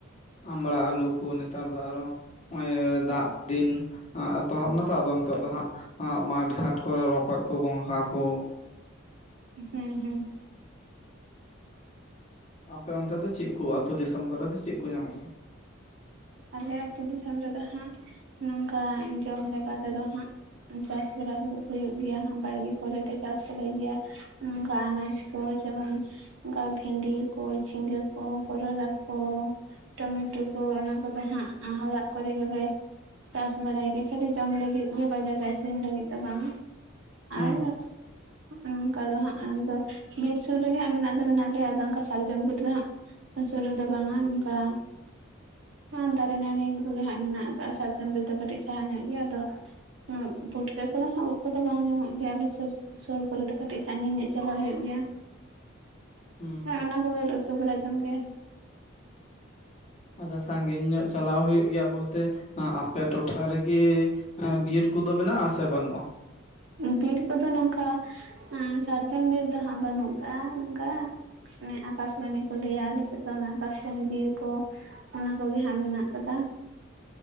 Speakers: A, on the left; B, on the right.
A: ᱟᱸᱢᱵᱽᱲᱟ ᱟᱞᱩ ᱠᱚ ᱱᱮᱛᱟᱨ ᱫᱚ ᱟᱨᱦᱚᱸ ᱱᱚᱜᱚᱭ ᱫᱟᱜ ᱫᱤᱱ ᱟᱸ ᱮᱛᱚᱦᱚᱵ ᱮᱱᱟ ᱛᱚ ᱟᱫᱚ ᱱᱤᱛᱚᱜ ᱫᱚ ᱦᱟᱸᱜ ᱢᱟᱴ ᱜᱷᱟᱴ ᱠᱚᱨᱮ ᱨᱚᱠᱚᱡ ᱠᱚ ᱜᱚᱝᱜᱷᱟ ᱠᱩ
B: ᱦᱮᱸ ᱦᱮᱸ᱾
A: ᱟᱯᱮ ᱚᱱᱛᱮ ᱫᱚ ᱪᱮᱫ ᱠᱚ ᱟᱹᱛᱩ ᱫᱤᱥᱚᱢ ᱠᱚᱨᱮ ᱫᱚ ᱪᱮᱫ ᱠᱚ ᱧᱟᱢᱚᱜ ᱜᱮᱭᱟ?
B: ᱟᱞᱮ ᱟᱹᱛᱩ ᱫᱤᱥᱚᱢ ᱨᱮᱫᱚ ᱦᱟᱸᱜ ᱱᱚᱝᱠᱟ ᱡᱚᱢ ᱞᱮᱠᱟ ᱛᱮᱫᱚ ᱦᱟᱸᱜ ᱪᱟᱥ ᱵᱟᱲᱟ ᱠᱚᱫᱚ ᱦᱩᱭᱩᱜ ᱜᱮᱭᱟ ᱵᱟᱲᱜᱮ ᱠᱚᱨᱮ ᱞᱮ ᱪᱟᱥ ᱵᱟᱲᱟᱭ ᱜᱮᱭᱟ᱾ ᱚᱱᱠᱟ ᱟᱱᱟᱡᱽ ᱠᱚ ᱥᱮ ᱵᱟᱝ ᱚᱱᱠᱟ ᱵᱷᱤᱰᱤ ᱠᱚ, ᱡᱷᱤᱸᱜᱟᱹ ᱠᱚ, ᱠᱚᱨᱚᱞᱟ ᱠᱚ, ᱴᱚᱢᱮᱴᱳ ᱠᱚ ᱚᱱᱟ ᱟᱫᱚ ᱦᱟᱸᱜ ᱚᱲᱟᱜ ᱠᱚᱨᱮ ᱜᱮᱞᱮ ᱪᱟᱥ ᱵᱟᱲᱟᱭ ᱜᱮ ᱠᱷᱟᱹᱞᱤ ᱡᱚᱢ ᱞᱟᱹᱜᱤᱫ ᱜᱮ ᱵᱟᱡᱟᱨ ᱨᱮ ᱟᱠᱷᱨᱤᱧ ᱞᱟᱹᱜᱤᱫ ᱫᱚ ᱵᱟᱝᱼᱟ,
A: ᱦᱩᱸ
B: ᱟᱨ
A: ᱦᱩᱸ
B: ᱚᱱᱠᱟ ᱫᱚ ᱦᱟᱸᱜ ᱟᱞᱮᱫᱚ ᱵᱤᱨ ᱥᱩᱨ ᱨᱮᱜᱮ ᱦᱟᱸᱜ ᱢᱮᱱᱟᱜ ᱫᱚ ᱢᱮᱱᱟᱜ ᱞᱮᱭᱟ ᱟᱫᱚ ᱚᱱᱠᱟ ᱥᱟᱨᱡᱚᱢ ᱵᱤᱨ ᱫᱚ ᱦᱟᱸᱜ ᱥᱩᱨ ᱨᱮᱫᱚ ᱵᱟᱝᱟ ᱱᱚᱝᱠᱟ ᱟ ᱫᱟᱨᱮ ᱱᱟᱹᱲᱤ ᱠᱚᱜᱮ ᱦᱟᱸᱜ ᱢᱮᱱᱟᱜ ᱠᱟᱜ-ᱟ ᱥᱟᱨᱡᱚᱢ ᱵᱤᱨᱫᱚ ᱠᱟᱹᱴᱤᱡ ᱥᱟᱦᱟ ᱧᱚᱜ ᱜᱮᱭᱟ ᱟᱫᱚ ᱩᱸᱜ ᱯᱩᱴᱠᱟᱹ ᱠᱚᱫᱚ ᱦᱟᱸᱜ ᱩᱫᱽ ᱠᱚᱫᱚ ᱵᱟᱝ ᱧᱟᱢᱚᱜ ᱜᱮᱭᱟ, ᱟᱞᱮ ᱥᱩᱨ ᱥᱩᱨ ᱠᱚᱨᱮ ᱫᱚ ᱠᱟᱹᱴᱤᱡ ᱥᱟᱺᱜᱤᱧ ᱧᱚᱜ ᱪᱟᱞᱟᱣ ᱦᱩᱭᱩᱜ ᱜᱮᱭᱟ᱾
A: ᱦᱩᱸ
B: ᱦᱮᱸ ᱚᱱᱟ ᱠᱚᱜᱮ ᱞᱮ ᱩᱛᱩ ᱵᱟᱲᱟ ᱡᱚᱝ ᱜᱮᱭᱟ᱾
A: ᱟᱪᱪᱷᱟ ᱥᱟᱺᱜᱤᱧ ᱧᱚᱜ ᱪᱟᱞᱟᱣ ᱦᱩᱭᱩᱜ ᱜᱮᱭᱟ ᱵᱚᱞᱛᱮ ᱟᱯᱮ ᱴᱚᱴᱷᱟ ᱨᱮᱜᱮ ᱮᱸ ᱵᱤᱨ ᱠᱚᱫᱚ ᱢᱮᱱᱟᱜ ᱥᱮ ᱵᱟᱹᱱᱩᱜᱼᱟ?
B: ᱵᱤᱨ ᱠᱚᱫᱚ ᱱᱚᱝᱠᱟ ᱟᱸ ᱥᱟᱨᱡᱚᱢ ᱵᱤᱨ ᱫᱚ ᱦᱟᱸᱜ ᱵᱟᱹᱱᱩᱜ ᱠᱟᱜ-ᱟ ᱱᱚᱝᱠᱟ ᱚᱱᱮ ᱟᱠᱟᱥᱵᱟᱱᱤ ᱠᱚ ᱞᱟᱹᱭᱟ ᱟᱞᱮ ᱥᱮᱫ ᱫᱚ ᱚᱱᱟ ᱟᱠᱟᱥᱵᱟᱱᱤ ᱵᱤᱨ ᱠᱚ ᱚᱱᱟ ᱠᱚᱜᱮ ᱦᱟᱸᱜ ᱢᱮᱱᱟᱜ ᱠᱟᱫᱟ,